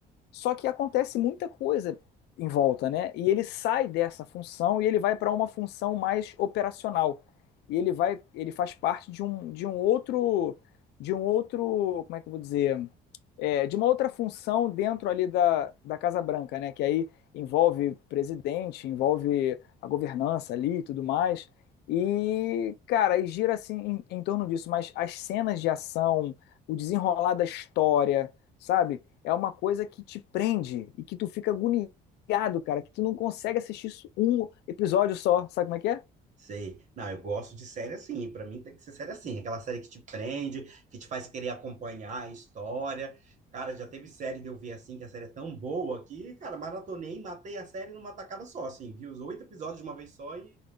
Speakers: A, on the left; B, on the right.
A: Só que acontece muita coisa em volta, né? E ele sai dessa função e ele vai para uma função mais operacional. E ele vai, ele faz parte de um, de um outro, de um outro, como é que eu vou dizer, é, de uma outra função dentro ali da, da Casa Branca, né? Que aí envolve presidente, envolve a governança ali e tudo mais. E, cara, e gira assim em, em torno disso, mas as cenas de ação, o desenrolar da história, sabe? É uma coisa que te prende e que tu fica agoniado, cara, que tu não consegue assistir isso um episódio só, sabe como é que é?
B: Sei. Não, eu gosto de série assim. Pra mim tem que ser série assim. Aquela série que te prende, que te faz querer acompanhar a história. Cara, já teve série de eu ver assim, que a série é tão boa que, cara, maratonei, matei a série numa tacada só, assim. Vi os oito episódios de uma vez só e